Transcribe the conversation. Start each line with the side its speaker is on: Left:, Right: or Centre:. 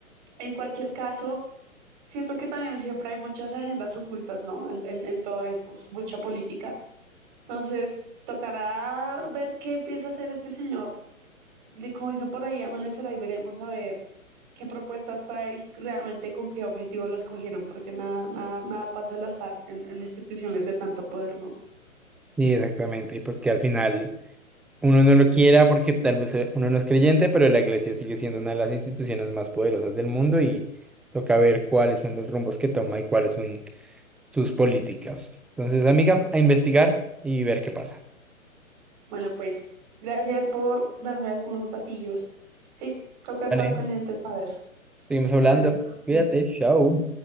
Right: En cualquier caso, siento que también siempre hay muchas agendas ocultas, ¿no? En, en, en todo esto, mucha política. Entonces, tocará ver qué empieza a hacer este señor de- como dicen por ahí, amanecerá y veremos a ver qué propuestas trae, realmente con qué objetivo los cogieron, porque nada, nada, nada pasa al azar en, en instituciones de tanto poder, ¿no?
Centre: Sí, exactamente, y pues que al final Uno no lo quiera porque tal vez eh, uno no es creyente, pero la iglesia sigue siendo una de las instituciones más poderosas del mundo y toca ver cuáles son los rumbos que toma y cuáles son sus políticas. Entonces, amiga, a investigar y ver qué pasa.
Right: Bueno, pues gracias por darme algunos datillos. Sí, toca estar
Centre: Vale,
Right: pendientes a ver.
Centre: seguimos hablando.
Right: Bueno,
Centre: Cuídate, chao.